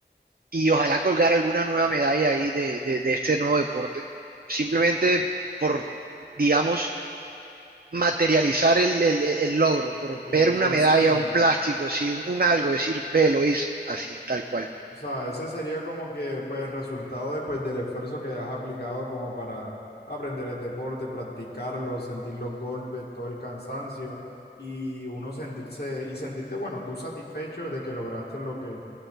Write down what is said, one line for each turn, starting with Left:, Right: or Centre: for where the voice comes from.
Right: y ojalá colgar alguna nueva medalla ahí de, de, de este nuevo deporte. Simplemente por, digamos, materializar el, el- el logro, por
Left: el,
Right: ver una
Left: el
Right: medalla,
Left: sueño,
Right: un plástico, sí, un, un algo, decir, ve, lo hice, así, tal cual.
Left: o sea, ese sería como que pues resultado de, pues, del esfuerzo que has aplicado como para aprender el deporte, practicarlo, sentir los golpes, todo el cansancio y uno sentirse y sentirte, bueno, tú satisfecho de que lograste lo que